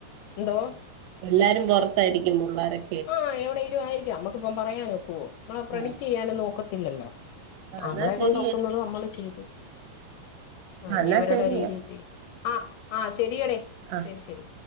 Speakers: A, on the left; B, on the right.
A: ന്തോ?
B: എല്ലാരും പൊർത്തായിരിക്കും പുള്ളാരൊ-
A: ആഹ് എവ്ടെലും ആയ്രിക്കാം അമ്മക്ക്പ്പോ പറയാനൊക്കുവോ മ്മളെ
B: ആ
A: പ്രെഡിക്റ്റിയ്യാന്നു നോക്കത്തില്ലല്ലോ
B: ആ
A: ആമ്മളെ
B: എന്നാ ശരി
A: കൊണ്ട് ഒക്കുന്നതും
B: ചേച്ചി
A: അമ്മള് ചെയ്ത്. ആഹ്
B: ആ
A: ഇനി
B: എന്നാ
A: അവരുടെ
B: ശരിയേ
A: രീതിയി ചെയ്യും ആഹ് ആ ശരിയടേ
B: ആ
A: ശരി ശരി.